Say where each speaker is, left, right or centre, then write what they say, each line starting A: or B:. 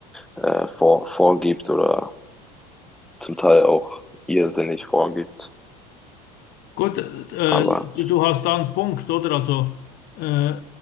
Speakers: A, in the centre; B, on the left (about 55°).
A: äh, vor, vorgibt oder zum Teil auch irrsinnig vorgibt.
B: Gut, äh,
A: Aber
B: du du hast da einen Punkt, oder? Also äh,